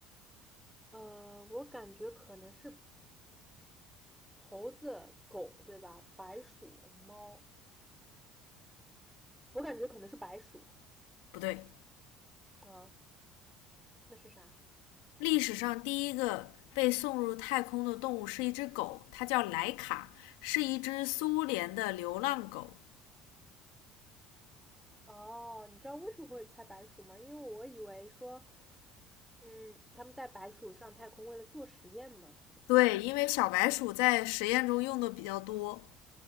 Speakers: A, in the centre; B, on the left.
A: 呃，我感觉可能是猴子、狗，对吧？白鼠、猫，我感觉可能是白鼠
B: 不对
A: 啊，那是啥？
B: 历史上第一个被送入太空的动物是一只狗，它叫莱卡，是一只苏联的流浪狗。
A: 哦，你知道为什么会猜白鼠吗？因为我以为说，嗯，他们带白鼠上太空为了做实验嘛。
B: 对，因为小白鼠在实验中用的比较多。